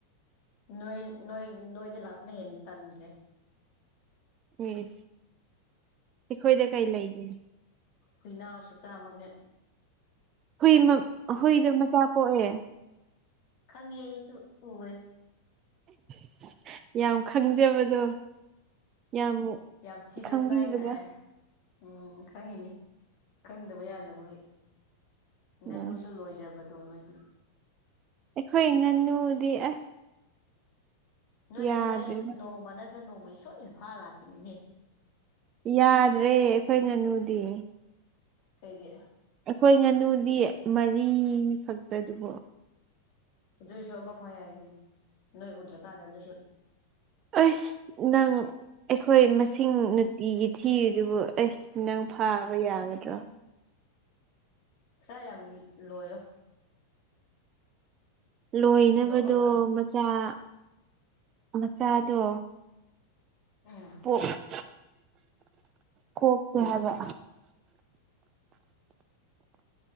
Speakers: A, on the left; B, on the right.
A: ꯅꯣꯏ ꯅꯣꯏ ꯅꯣꯏꯗ ꯂꯀꯅ ꯌꯦ ꯇꯟ꯭ꯔꯦ
B: ꯌꯦꯁ ꯑꯩꯈꯣꯏꯗ ꯀꯩ ꯂꯩꯒꯦ
A: ꯍꯨꯏꯅꯥꯎꯁꯨ ꯇꯃꯛꯅꯦ
B: ꯍꯨꯏ ꯃꯧꯛ ꯍꯨꯏꯗꯣ ꯃꯆꯥ ꯄꯣꯛꯑꯦ
A: ꯈꯪꯉꯦꯑꯩꯁꯨ ꯎꯋꯦ
B: <inaudible> ꯌꯥꯝ ꯈꯪꯖꯕꯗꯣ ꯌꯥꯝ
A: ꯌꯥꯝ ꯊꯤꯒꯠꯄ
B: ꯈꯪꯕꯤꯕꯗꫭ
A: ꯍꯥꯏꯇꯥꯔꯦ ꯎꯝ ꯈꯪꯉꯅꯤ ꯈꯪꯗꯕ ꯌꯥꯗꯕꯒꯤ ꯉꯥꯅꯨꯁꯨ
B: ꯎꯝ
A: ꯂꯣꯏꯖꯕꯗꯣ ꯅꯣꯏꯗꯤ
B: ꯑꯩꯈꯣꯏ ꯉꯥꯅꯨꯗꯤ ꯑꯁ
A: ꯅꯣꯏ
B: ꯌꯥꯗ꯭ꯔꯦꯗ
A: ꯉꯥꯅꯨꯗꫭ ꯑꯩ ꯅꯣꯡꯃ ꯅꯠꯇꯅ ꯅꯣꯡꯃꯗꯤ ꯁꯣꯏꯅ ꯐꯥ ꯂꯥꯛꯈꯤꯅꯤꯅꯦ
B: ꯌꯥꯗ꯭ꯔꯦ ꯑꯩꯈꯣꯏ ꯉꯥꯅꯨꯗꯤ
A: ꯀꯩꯒꯤ
B: ꯑꯩꯈꯣꯏ ꯉꯥꯅꯨꯗꯤ ꯃꯔꯤꯈꯛꯇꯗꯨꯕꯣ
A: ꯑꯗꯨꯏꯁꯨ ꯑꯃ ꯐꯩ ꯌꯥꯏ ꯀꯩꯅꯣ ꯅꫭꯏ ꯎꯗ꯭ꯔꯀꯥꯟꯗ ꯑꯗꯨꯁꯨ
B: ꯑꯁ ꯅꯪ ꯑꯩꯈꯣꯏ ꯃꯁꯤꯡ ꯅꯨꯡꯇꯤꯒꯤ ꯊꯤꯔꯤꯗꯨꯕꯨ ꯑꯩꯁ ꯅꯪ ꯐꯥ ꯍꫭꯏ ꯌꯥꯒꯗ꯭ꯔꯣ
A: ꯎꯝ ꯊ꯭ꯔ ꯌꯥꯝ ꯂꯣꯏꯌꫭ
B: ꯂꯣꯏꯅꯕꯗꯣ
A: ꯌꯣꯛꯑꯒ
B: ꯃꯆꯥ ꯃꯆꯥꯗꯣ
A: ꯎꯝ
B: ꯄꫭꯛ ꯀꯣꯛ ꯀꯨꯝꯃꯦꯕ